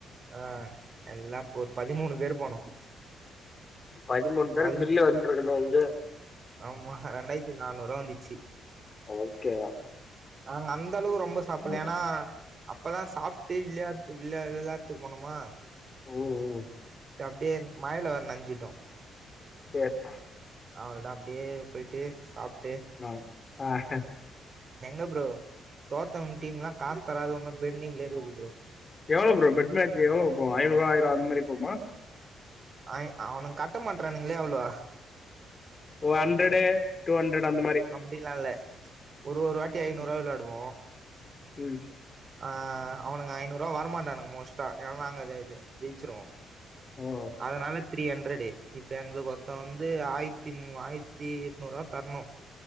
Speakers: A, on the right; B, on the left.
A: ஆ எல்லா ஒரு பதிமூணு பேரு போனோ
B: பதிமூணு பேரு
A: பதிமு
B: பில்லு வந்துருக்குண்ணா இங்க
A: ஆமா ரெண்டாய்த் நானூறுவா வந்துச்சு
B: ஓகே
A: நாங்க அந்த அளவு ரொம்ப சாப்பல்ல
B: ம்
A: ஆ அப்பதா சாப்ட்டு விளாட் விளையாட்த்துக்கு போனமா
B: ம்
A: அப்டே மழைல வேற நன்ஞ்சிட்டோ
B: சேர் தா
A: அவ்ள்தா அப்டே போய்ட்டு சாப்ட்டு
B: ம்
A: எங்க ப்ரோ தோத்தவன் டீம்லா காசு தராது உன்னு பென்டிங்லே இருக்குது ப்ரோ
B: எவளோ ப்ரோ பெட் மேட்ச்சு எவளோ வப்போ ஐநூறுவா ஆயிர அந்த மாரி போகுமா
A: ஐ அவனுங்க கட்ட மாட்டறானுங்களே அவளோ
B: ஓ ஹண்ட்ரடு டூ ஹண்ட்ரட் அந்த மாரி
A: ப்டிலா இல்ல ஒரு ஒரு வாட்டி ஐநூறுவா
B: ம்
A: வெளாடுவோ
B: ம்
A: ஆ அவனுங்க ஐநூறுவா வர மாட்டானுங்க மோஸ்ட்டா ஏனா நாங்க அத அத ஜெய்ச்சுருவோ
B: ஓ
A: அதனால இப் த்ரீ ஹண்ட்ரடு இப்ப எங்களுக்கு ஒர்த்த வந்து ஆயித்தி மூ ஆயித்தி எட்நூறுவா தர்ணு